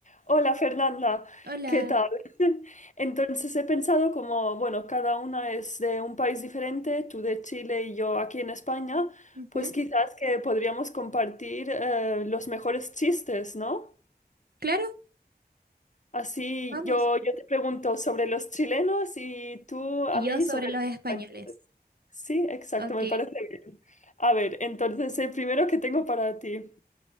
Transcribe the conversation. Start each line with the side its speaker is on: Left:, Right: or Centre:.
Left: Hola Fernanda,
Right: Hola.
Left: ¿qué tal? <laughs> Entonces he pensado como, bueno, cada una es de un país diferente, tú de Chile y yo aquí en España,
Right: Ujú.
Left: pues quizás que podríamos compartir eh, los mejores chistes, ¿no?
Right: Claro,
Left: Así
Right: vamos.
Left: yo, yo te pregunto sobre los chilenos y tú a
Right: Y
Left: mí
Right: yo sobre
Left: sobre
Right: los
Left: los
Right: españoles.
Left: españoles. Sí, exacto,
Right: Ok.
Left: me parece bien. A ver, entonces el primero que tengo para ti.